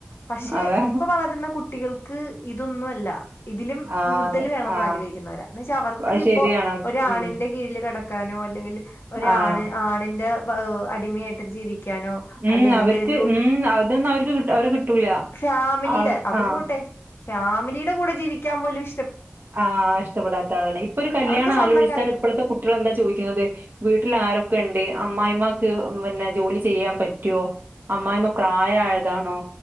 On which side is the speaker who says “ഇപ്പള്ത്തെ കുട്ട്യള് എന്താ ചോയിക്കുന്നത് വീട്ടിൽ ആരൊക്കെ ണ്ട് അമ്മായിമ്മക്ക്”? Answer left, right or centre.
Right